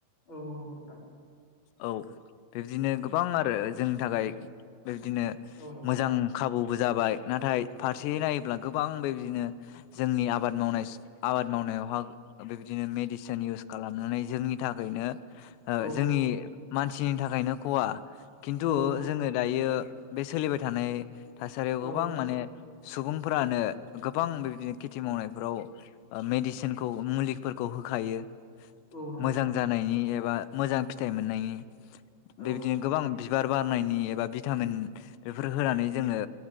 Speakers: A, on the left; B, on the left.
A: औ औ नोंगौ नोंथा
B: औ बेबिदिनो गोबां आरो जोंनि थाखाय बेबिदिनो
A: औ नंगौ
B: मोजां
A: नोंथां
B: खाबु बो जाबाय नाथाय फारसेयै नायोब्ला गोबां बेबिदिनो जोंनि आबाद मावनाय आबाद मावनायावहा बेबिदिनो मेडिसिन इउस खालामनानै जोंनि थाखैयनो ओ
A: औ
B: जोंनि मानसिनि थाखायनो खवा खिन्थु
A: औ
B: जोङो दायो बे सोलिबाय थानाय थासारियाव गोबां
A: औ
B: माने सुबुंफोरानो गोबां बेबिदिनो खेथि मावनायफोराव ओ मेडिसिनखौ मुलिफोरखौ होखायो।
A: औ नंगौ
B: मोजां
A: नोंथां
B: जानायनि एबा मोजां फिथाइ मोननायनि
A: औ
B: बेबिदिनो गोबां बिबार बारनायनि एबा भिटामिन बेफोर होनानै जोङो